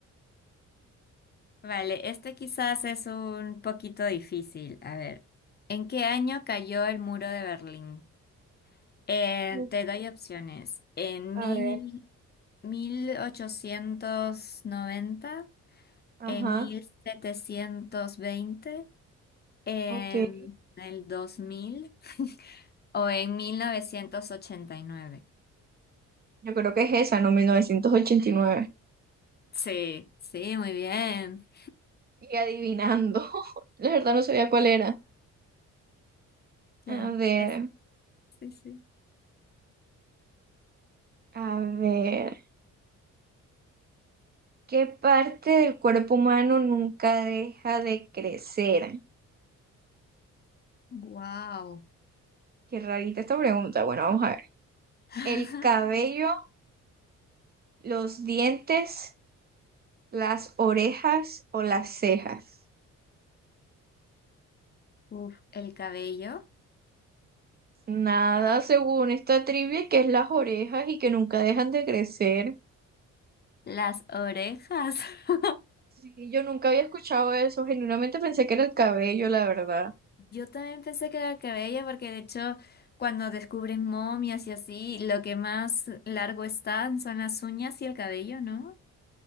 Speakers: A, on the left; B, on the right.
A: Vale, este quizás es un poquito difícil. A ver, ¿en qué año cayó el muro de Berlín? Eh,
B: Mm,
A: te doy opciones. En
B: A
A: mil...
B: ver,
A: mil ochocientos noventa
B: Ajá,
A: en mil setecientos veinte en
B: ok.
A: el dos mil o en mil novecientos ochenta y nueve
B: Yo creo que es esa, ¿no? mil novecientos ochenta y nueve.
A: Sí, sí, muy bien.
B: Y adivinando. <laughs> La verdad no sabía cuál era.
A: Ya,
B: A ver,
A: es- sí, sí.
B: a ver. ¿Qué parte del cuerpo humano nunca deja de crecer?
A: Wow.
B: Qué rarita esta pregunta. Bueno, vamos a ver.
A: <laughs>
B: ¿El cabello, los dientes, las orejas o las cejas?
A: Uf, el cabello,
B: Nada, según esta trivia, que es las orejas y que nunca dejan de crecer.
A: las orejas. <laughs>
B: Sí, yo nunca había escuchado eso, genuinamente pensé que era el cabello, la verdad.
A: Yo también pensé que era el cabello porque de hecho cuando descubren momias y así, lo que más largo están son las uñas y el cabello, ¿no?